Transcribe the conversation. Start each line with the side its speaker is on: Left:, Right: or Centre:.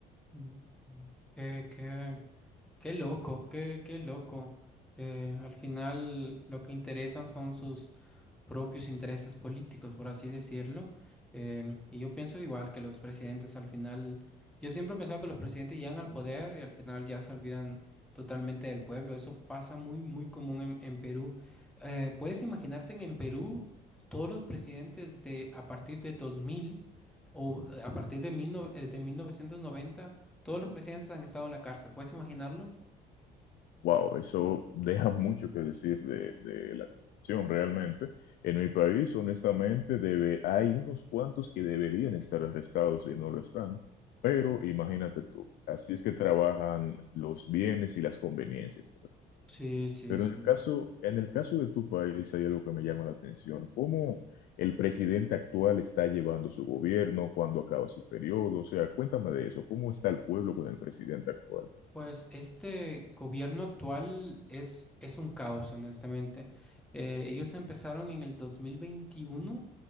Centre: Mm. Qué, qué, qué loco, qué, qué loco. Eh, al final lo que interesan son sus... propios intereses políticos, por así decirlo. Em, y yo pienso igual que los presidentes al final, yo siempre he pensado que los presidentes llegan al poder y al final ya se olvidan totalmente del pueblo. Eso pasa muy, muy común en, en Perú. Eh, ¿puedes imaginarte que en Perú todos los presidentes de a partir de 2000 o eh, a partir de, mil no- eh, de 1990 todos los presidentes han estado en la cárcel? ¿Puedes imaginarlo?
Left: Wow, eso <laughs> deja mucho que decir de, de la corrupción realmente. En mi país, honestamente, debe, hay unos cuantos que deberían estar arrestados y no lo están, pero imagínate tú, así es que trabajan los bienes y las conveniencias. pues.
Centre: Sí, sí,
Left: Pero
Centre: sí.
Left: en el caso, en el caso de tu país hay algo que me llama la atención, cómo el presidente actual está llevando su gobierno, cuándo acaba su periodo, o sea, cuéntame de eso, ¿cómo está el pueblo con el presidente actual?
Centre: Pues este gobierno actual es, es un caos, honestamente. Eh, ellos empezaron en el 2021,